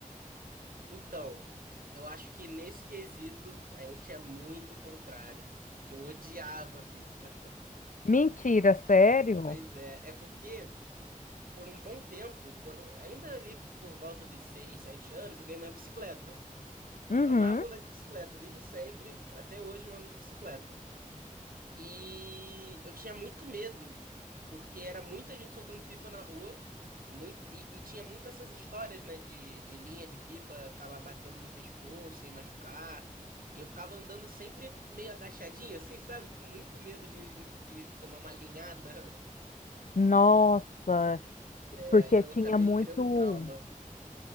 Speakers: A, on the right; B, on the left.
A: Então, eu acho que nesse quesito a gente é muito contrário, que eu odiava pipa. <laughs>
B: Mentira, sério?
A: Pois é, é porque por um bom tempo, quando- ainda ali por volta dos seis, sete anos, eu ganhei minha bicicleta.
B: Uhum.
A: Eu amava andar de bicicleta, desde sempre, até hoje eu ando de bicicleta. E eu tinha muito medo, porque era muita gente soltando pipa na rua, muito, e, e tinha muito essas histórias, né, de, de linha de pipa acabar batendo no pescoço e machucar. E eu ficava andando sempre meio agachadinho, assim, sabe? Com muito medo de, de, de tomar uma linhada.
B: Nossa,
A: É,
B: porque
A: aí eu
B: tinha
A: acabei
B: muito
A: criando trauma.